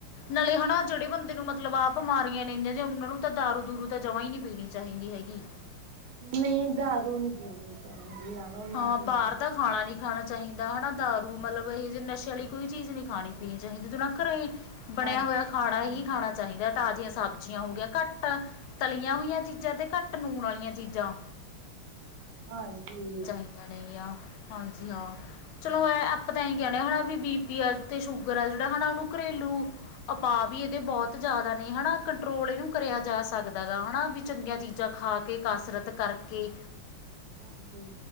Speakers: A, on the left (about 85°); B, on the right (about 80°).
A: ਨਾਲੇ ਹਨਾ ਜਿਹੜੇ ਬੰਦੇ ਨੂੰ ਮਤਲਬ ਆਪ ਬਿਮਾਰੀਆਂ ਨੇ ਅਈ ਜਾ ਓਨਾਂ ਨੂੰ ਤਾਂ ਦਾਰੂ ਦੁਰੂ ਤਾਂ ਜਮਾਂ ਈ ਨੀ ਪੀਣੀ ਚਾਹੀਦੀ ਹੈਗੀ।
B: ਨਈ, ਦਾਰੂ ਨੀ ਪੀਣੀ ਚਾਹੀਦੀ। ਬਿਮਾਰੀ
A: ਹਾਂ ਬਾਰ
B: ਚ
A: ਦਾ। ਖਾਣਾ ਨੀ ਖਾਣਾ ਚਾਹੀਦਾ ਹਨਾ ਦਾਰੂ ਮਤਲਬ ਇਹੋ ਜੇ ਨਸ਼ੇ ਆਲੀ ਕੋਈ ਚੀਜ਼ ਨੀ ਖਾਣੀ ਪੀਣੀ ਚਾਹੀਦੀ ਤੂੰ ਨਾ ਘਰੇ। ਬਣਿਆ
B: ਹਾਂ,
A: ਹੋਇਆ ਖਾਣਾ
B: ਹਾਂਜੀ,
A: ਈ ਖਾਣਾ ਚਾਹੀਦਾ ਤਾਜ਼ੀਆਂ ਸਬਜ਼ੀਆਂ ਹੋਗੀਆਂ ਘੱਟ ਤਲੀਆਂ ਹੋਈਆਂ ਚੀਜ਼ਾਂ ਤੇ ਘੱਟ ਲੂਣ ਆਲੀਆਂ ਚੀਜ਼ਾਂ।
B: ਹਾਂਜੀ।
A: <unintelligible> ਹਾਂਜੀ ਹਾਂ। ਚਲੋ ਆਪਾਂ ਤਾਂ ਐਈ ਕਹਿਣੇ ਆ ਵੀ ਬੀ ਪੀ ਆ ਤੇ ਸ਼ੂਗਰ ਆ ਜਿਹੜ ਹਨਾਂ ਓਨੂੰ ਘਰੇਲੂ। ਉਪਾਅ ਵੀ ਐਦੇ ਬਹੁਤ ਜਆਦਾ ਨੇ ਹੈਨਾ ਕੰਟਰੋਲ ਏਹਨੂੰ ਕਰਿਆ ਜਾ ਸਕਦਾ ਗਾ ਹੈਨਾ ਵੀ ਚੰਗੀਆਂ ਚੀਜ਼ਾਂ ਖਾ ਕੇ। ਤੇ ਕਸਰਤ ਕਰਕੇ
B: ਹਾਂਜੀ